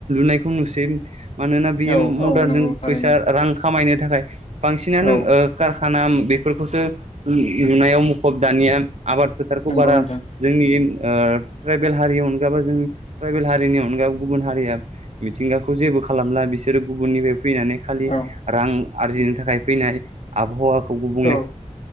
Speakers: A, on the right; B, on the left.
A: नायखौ नुसै मि मानोना बेयो
B: औ
A: मडार्नजों
B: औ नंगौ थारैनो
A: फैसा रां खामायनो थाखाय बांसिनानो
B: औ
A: ओ कारखाना बेफोरखौसो लुनायाव मुखुब दानिया आबाद फोथारखौ
B: नंगौ
A: बारा
B: नोंथां
A: जोंनि ओ थ्राइभेल हारिनि अनगाबो जों थाइभेल हारिनि अनगा गुबुन हारिआ मिथिंगा खौ जेबो खालामला बिसोर गुबनिफ्राय फैनानै खालि
B: औ
A: रां आरजिनो थाखाय फैनाय आबहावाखौ गुबुंले
B: औ